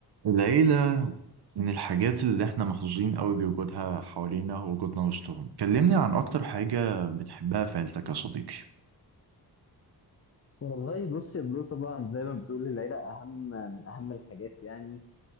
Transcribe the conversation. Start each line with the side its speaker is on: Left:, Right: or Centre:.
Right: العيلة من الحاجات اللي احنا محظوظين قوي بوجودها حوالينا ووجودنا وسطهم كلمني عن أكتر حاجة بتحبها في عيلتك يا صديقي
Left: والله بص يا برو طبعا زي ما بتقول العيلة أهم من أهم الحاجات يعني